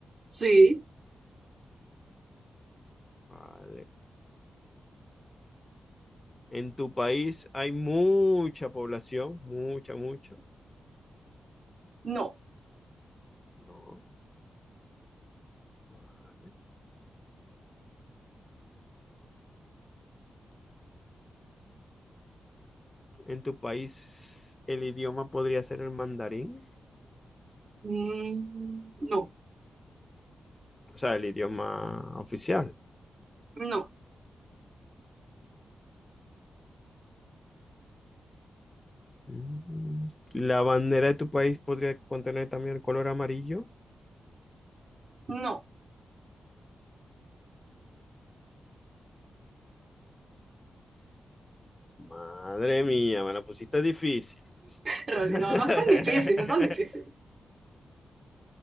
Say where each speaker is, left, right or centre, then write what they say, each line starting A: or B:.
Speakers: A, on the right (about 40°); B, on the left (about 15°).
A: Sí,
B: Vale. En tu país hay mucha población, mucha, mucha.
A: no.
B: No, vale. En tu país el idioma podría ser el mandarín,
A: Mm, no,
B: o sea, el idioma oficial.
A: no,
B: Mm. La bandera de tu país podría contener también el color amarillo.
A: no.
B: Madre mía, me la pusiste difícil.
A: En
B: <laughs>
A: realidad, No, no es tan difícil, no es tan difícil.